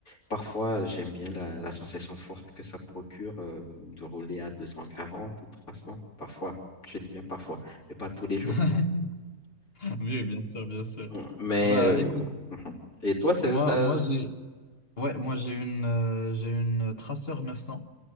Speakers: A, on the left (about 75°); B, on the left (about 45°).
A: parfois j'aime bien la, la sensation forte que ça procure euh, de rouler à deux cent quarante ou trois cents Parfois, je dis bien parfois, mais pas tous les jours.
B: <laughs> Oui, bien sûr, bien sûr.
A: Mm, Mais...
B: Ah Bah,
A: euh,
B: écoute,
A: mhm. Et toi, c'est...
B: moi,
A: t'as-
B: moi j'ai, ouais, moi j'ai une, euh, j'ai une Tracer 900.